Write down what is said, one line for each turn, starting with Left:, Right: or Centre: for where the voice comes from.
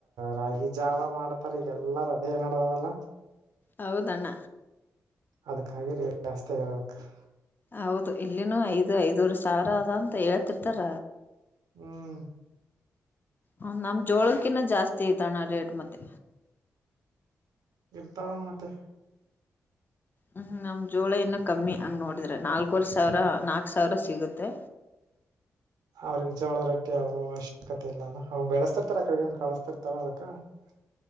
Right: ರಾಗಿ ಜಾವ ಮಾಡ್ತಾರ ಈಗೆಲ್ಲಾರ ಅದ ನಡ್ದ. ಬಲ
Left: ಹೌದಣ್ಣ.
Right: ಅದಕ್ಕಾಗಿ ರೇಟ್ ಜಾಸ್ತಿ ಆಗರಬೇಕಕ್ <inaudible>
Left: ಹೌದು ಇಲ್ಲಿನೂ ಐದು ಐದೂರು ಸಾವಿ ಅದ ಅಂತ ಹೇಳ್ತಿರ್ತಾರ.
Right: ಹ್ಮ್
Left: ಹ ನಮ ಜೋಳಕಿನ್ನ ಜಾಸ್ತಿ ಐತ ಅಣ್ಣ ರೇಟ್ ಮತ್ತೆ.
Right: ಇರ್ತಾವ ಮತ್ತೆ
Left: ಹ್ಮ್ ನಮ್ ಜೋಳ ಇನ್ನು ಕಮ್ಮಿ ಹಂಗ್ ನೋಡಿದ್ರೆ ನಾಲ್ಕೂವರ್ ಸಾವಿರ ನಾಕ್ ಸಾವಿರ ಸಿಗುತ್ತೆ
Right: <unintelligible> ಅವ್ರಿಗೆ ಜವಳದ ರೊಟ್ಟಿ ಅವುವ ಅವಶ್ಯಕತೆ ಇಲ್ಲಾನ ಅವವು ಬೆಳೆಸ್ತಿರ್ತಾರ ಕಡೆಗನ್ ಕಳಸ್ತಿರ್ತಾರ ಅದಕ್ಕ <unintelligible>